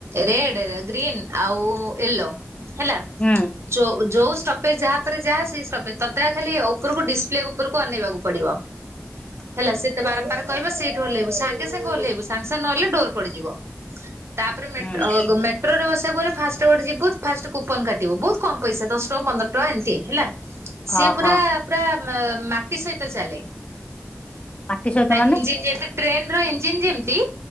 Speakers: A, on the right (about 75°); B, on the left (about 25°).
A: ରେଡ ଗ୍ରୀନ ଆଉ ୟେଲୋ ହେଲା
B: ହୁଁ।
A: ଯ ଯୋଉ ଷ୍ଟପେଜ ଯାହା ପରେରେ ଯାହା ସେଇ ଷ୍ଟପେଜ ତତ ଖାଲି ଉପରକୁ ଡିସପ୍ଲେ ଉପରକୁ ଅନେଇବାକୁ ପଡିବ।
B: ହ। <unintelligible>
A: ହେଲା ସେତେ ବାରମ୍ବାର କହିବ ସେଇଠୁ ଓହ୍ଲାଇବ ସାଙ୍ଗେ ସାଙ୍ଗେ ଓହ୍ଲେଇବୁ ସାଙ୍ଗ ସାଙ୍ଗେ ନହଲେ ଡୋର ପଡିଯିବ। ତାପରେ ମେଟ୍ରୋ
B: ହୁଁ
A: କ ମେ ଟ୍ରୋରେ ବସିବାକୁ ହେଲେ ଫାଷ୍ଟ ଗୋଟେ ଯିବୁ ଫାଷ୍ଟ କୁପନ କାଟୁ ବହୁତ କ ପଇସା ଦଶ ଟଙ୍କାନ୍ଦର ଟା ଏମିତି ହେଲା। ସିଏ
B: ଅହ
A: ପୁରା ପୁରା ମାଟି ସହିତ ଚାଲେ।
B: ମାଟି ସହିତ
A: ନାଇ
B: ମାନେ
A: ଇଞ୍ଜିନ ଯେମ ଟ୍ରେନ ର ଇଞ୍ଜିିନ ଯେମିତି